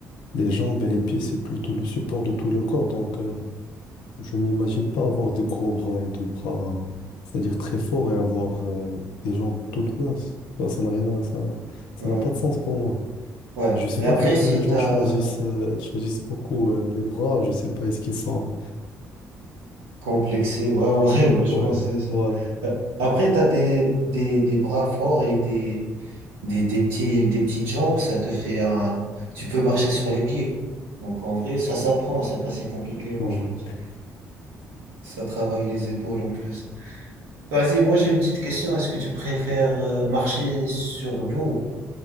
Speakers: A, on the left; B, on the right.
A: les jambes et les pieds, c'est plutôt le support de tout le corps. Donc, euh, je m'imagine pas avoir des gros bras et des bras, c'est-à-dire très forts et avoir euh, des jambes toutes minces. Ça, ça n'a rien à, ça, ça
B: ouais.
A: n'a pas de sens pour moi.
B: ouais.
A: Je sais
B: Mais
A: pas
B: après,
A: pourquoi
B: si
A: les gens
B: t'as
A: choisissent, euh, choisissent beaucoup euh, les bras. Je sais pas, est-ce qu'ils sont
B: complexé, ouais, en vrai, ouais, je
A: Ouais,
B: pense que c'est
A: voilà.
B: ça. Euh, Après, t'as des, des, des bras forts et des, des, des petits, des petites jambes, ça te fait un, tu peux marcher sur les pieds. Donc, en vrai, ça s'apprend, c'est pas si compliqué, moi,
A: Ouais.
B: je pense. Ça travaille les épaules en plus. Vas-y, moi j'ai une petite question. Est-ce que tu préfères euh, marcher sur l'eau